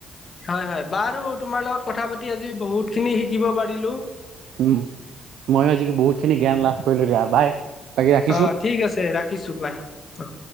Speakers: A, on the left (about 45°); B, on the right (about 70°).
A: হয় হয়। বাৰু তোমাৰ লগত কথা পাতি আজি বহুতখিনি শিকিব পাৰিলোঁ।
B: উম, ময়ো আজি বহুতখিনি জ্ঞান লাভ কৰিলোঁ, দিয়া বাই। বাকী ৰাখিছোঁ
A: অ' ঠিক আছে ৰাখিছোঁ বাই অ'।